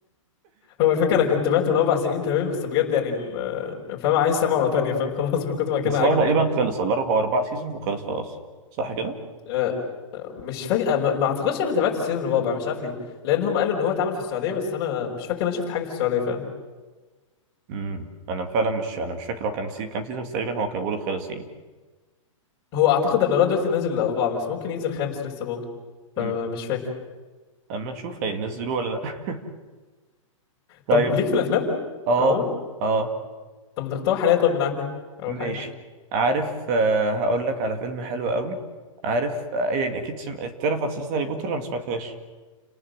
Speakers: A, on the left; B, on the right.
A: هو الفكره انا كنت بعت من اربع سنين تمام بس بجد يعني ال- فاهم عايز سبعه مره تانيه فاهم <laughs> خلاص من كتر ما كان
B: بس
A: عاجبني
B: هو تقريبا
A: فاهم
B: خلص الله هو اربع سيزونز وخلص خلاص صح كده
A: أه، آه، مش فاكر ما ما اعتقدش انا تابعت السيزون الرابع مش عارف ليه لان هم قالوا ان هو اتعمل في السعوديه بس انا مش فاكر إن انا شفت حاجه في السعوديه فاهم
B: امم انا فعلا مش انا مش فاكر هو كان سي... كام سيزون بس تقريبا هو كان بيقولوا خلص يعني
A: هو اعتقد ان لغايه دلوقتي نازل الاربعه بس ممكن ينزل خامس لسه برضه فمش
B: امم
A: فاكر
B: اما نشوف هينزلوه ولا لا <laughs> طيب
A: طب ليك في الافلام
B: اه
A: عموما
B: اه
A: طب ما تقترح عليا طيب من عندك او
B: ماشي
A: حاجه
B: عارف آه هقول لك على فيلم حلو قوي عارف آه يعني اكيد سم... تعرف عن سلسله هاري بوتر انا ما سمعتهاش